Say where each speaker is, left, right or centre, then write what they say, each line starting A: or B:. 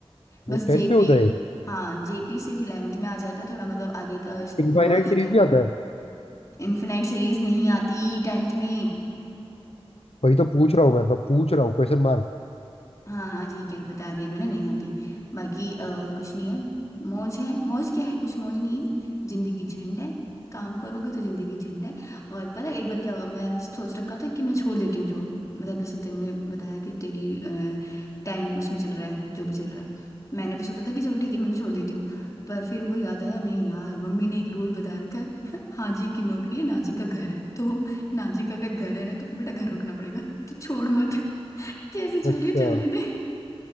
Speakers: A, on the left (about 30°); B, on the left (about 70°).
A: बस
B: वो टेंथ
A: जेपी
B: में होता है
A: हाँ जेपी सिर्फ इलेवेंथ में आ जाता है थोड़ा मतलब आगे का इस-
B: इनफाइनाइट
A: वो आ जाता
B: सीरीज
A: है
B: भी आता है
A: इनफिनाइट सीरीज नहीं आती टेंथ में
B: वही तो पूछ रहा हूँ मैं मैं पूछ रहा हूँ क्वेश्चन मार्क
A: हाँ हाँ ठीक है बता दिया मैंने नहीं आती बाकी और कुछ नहीं है मौज है मौज क्या है कुछ मौज नहीं है जिंदगी झंड है काम करोगे तो जिंदगी झंड है और पता है एक बार क्या हुआ मैंने सोच रखा था कि मैं छोड़ देती हूँ जॉब मतलब जैसे तुमने बताया कि तेरी टाइम उसमें चल रहा है जो भी चल रहा है मैंने भी सोचा था कि चलो ठीक है मैं भी छोड़ देती हूँ पर फिर मुझे याद आया नहीं यार मम्मी ने एक रूल बता रखा है <laughs> हाँ जी की नौकरी है ना जी का घर है तो ना जी का अगर घर है ना तो फिर बेटा घर रुकना पड़ेगा तो छोड़ मत <laughs> जैसे चल
B: अच्छा
A: रही है चलने दे